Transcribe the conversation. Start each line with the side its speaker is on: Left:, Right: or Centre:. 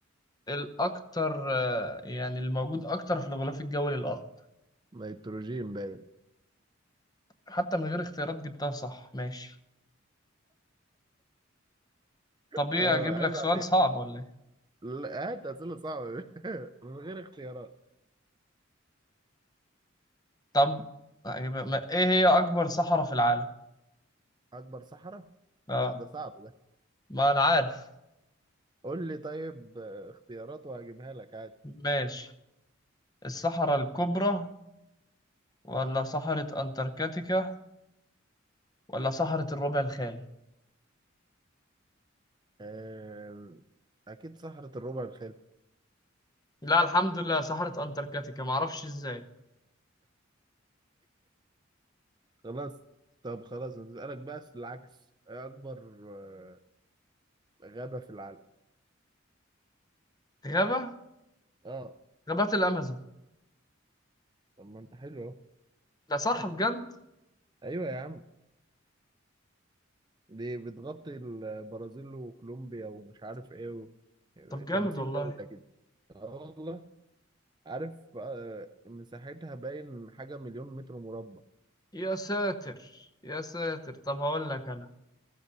Left: الأكتر آه، يعني الموجود أكتر في الغلاف الجوي للأرض
Right: نيتروجين باين
Left: حتى من غير اختيارات جبتها صح ماشي طب
Right: اه
Left: إيه أجيب
Right: عيب
Left: لك سؤال
Right: عليك
Left: صعب ولا إيه
Right: لا، هات اسئله صعبه <laughs> من غير اختيارات
Left: طب أجيب ما إيه هي أكبر صحراء في العالم
Right: اكبر صحراء
Left: آه
Right: لا ده صعب ده
Left: ما أنا عارف
Right: قول لي طيب آه، اختيارات وهجيبها لك عادي
Left: ماشي الصحراء الكبرى ولا صحراء أنتاركتيكا ولا صحراء الربع الخالي
Right: أه اكيد صحراء الربع الخالي
Left: لا الحمد لله صحراء أنتاركتيكا معرفش إزاي
Right: خلاص طب خلاص نسألك بقى في العكس ايه اكبر آه، غابة في العالم
Left: غابة
Right: اه
Left: غابات الأمازون
Right: طب ما انت حلو اهو
Left: ده صح بجد
Right: ايوه يا عم دي بتغطي البرازيل وكولومبيا ومش عارف ايه و...
Left: طب جامد
Right: 50
Left: والله
Right: دولة كده اه والله عارف آه، مساحتها باين حاجة مليون متر مربع
Left: يا ساتر يا ساتر طب هقول لك انا